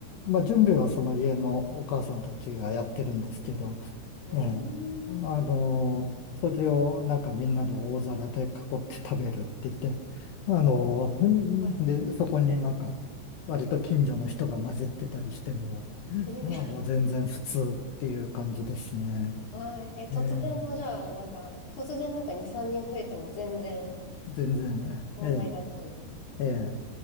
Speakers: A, on the left; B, on the left.
A: まあ準備はその家のお母さんたちがやってるんですけど、
B: うーん。
A: ええ。あの、それをなんかみんなで大皿で囲って食べるって言って、あの、んで、
B: はい。
A: そこになんか割と近所の人が混じってたりしても、
B: え、<laughs>
A: あの、全然普通っていう感じですね。
B: はい。え、突然の、
A: ええ。
B: じゃあ、なんか、突然なんか2、3人増えても全然
A: 全然、
B: 問題なく。
A: ええ、ええ。